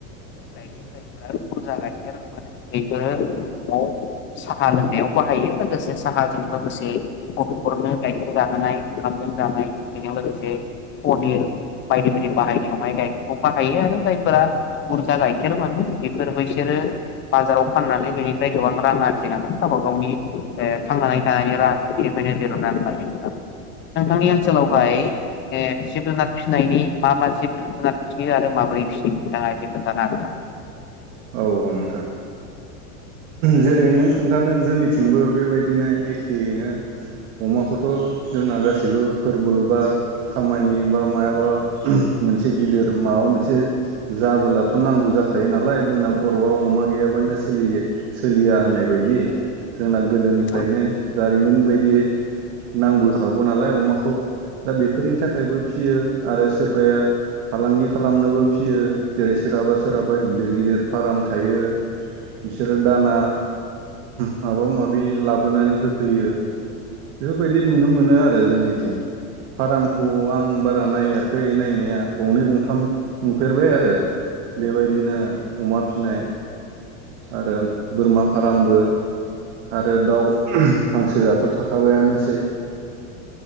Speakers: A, on the left; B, on the right.
A: गाइखेर जायफोरा बुरजा गाइखेर मोनो बेफोरो नआव साहा लोंनायाव बाहायो। लोगोसे साहाजों लोगोसे गथफोरनो गाइखेर जाहोनाय ओंखामजों जानाय बेजों लोगोसे पनिर बायदि बायदि बाहायनायावहाय गाइखेरखौ बाहायो आरो जायफोरा बुरजा गाइखेर मोनो बेफोर बिसोरो बाजाराव फाननानै बेनिफ्राय गोबां रां आरजिनानै गावबा गावनि ओ थांनानै थानायनि राहाखौनिफ्रायनो दिरहुननानै लायो नोंथां। नोंथांनि ओनसोलावहाय
B: औ
A: ए जिब जुनार फिनायनि मा मा जिब फियो आरो माबोरै फियो नोंथाङा खोनथानो हागोन ना?
B: औ औ नोंथां जेरै नों खोन्थादों जोंनिथिंबो बेबायद बिदिनो एखेनो अमाखौथ जोंना गासैबो फोरबो बा खामानि बा मायाबा मोनसे गिदिर माबा मोनसे एसे जाबोलाथ' नांगौ जाखायो नालाय जोंना बर'आव अमा गैयाबानो सोलियै सोलिया होननाय बायदि। जोंना गोदोनिफ्रायनो
A: औ
B: जारिमिन बायद थियै नांबोखागौ नालाय अमाखौ दा बेफोरनि थाखायबो फियो आरो सोरबाया फालांगि खालामनोबो फियो जेरै सोरहाबा सोरहाबा गिदिर गिदिर फाराम थायो बिसोरो दाना माबा माबि लाबोनानै होफैयो बेफोरबायदि नुनो मोनो आरो जोंनिथिं फारामखौ आं बारा नायाखै नायनाया गंनै गंथाम नुफेरबाय आरो बेबायदिनो अमा फिनाय आरो बोरमा फारामबो आरो दाउ हांसोआथ थाखाबायानोसै।